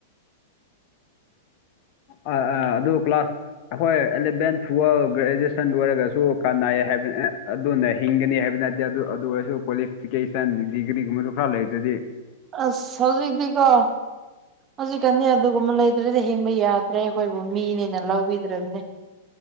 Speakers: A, on the left; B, on the right.
A: ꯑ ꯑ ꯑꯗꯨ ꯀ꯭ꯂꯥꯁ ꯑꯩꯈꯣꯏ ꯑꯦꯂꯚꯦꯟ ꯇꯨꯋꯦꯜꯕ ꯒ꯭ꯔꯦꯖꯨꯑꯦꯁꯟ ꯂꯣꯏꯔꯒꯁꯨ ꯀꯥꯟꯅꯩ ꯍꯥꯏꯕ ꯑꯗꯨꯅ ꯍꯤꯡꯒꯅꯤ ꯍꯥꯏꯕ ꯅꯠꯇ ꯑꯗꯨ ꯑꯗꯨ ꯑꯣꯏꯔꯁꯨ ꯀ꯭ꯋꯥꯂꯤꯐꯤꯀꯦꯁꯟ ꯗꯤꯒ꯭ꯔꯤꯒꯨꯝꯕꯁꯨ ꯈꯔ ꯂꯩꯗꯨꯗꯤ
B: ꯑꯁꯁꯤꯗꯤꯀꯣ ꯍꯧꯖꯤꯛꯀꯥꯟꯗꯤ ꯑꯗꯨꯒꯨꯝꯕ ꯂꯩꯗ꯭ꯔꯗꯤ ꯍꯤꯡꯕ ꯌꯥꯗ꯭ꯔꯦ ꯑꯩꯈꯣꯏꯕꯨ ꯃꯤꯅꯦꯅ ꯂꯧꯕꯤꯗ꯭ꯔꯕꯅꯦ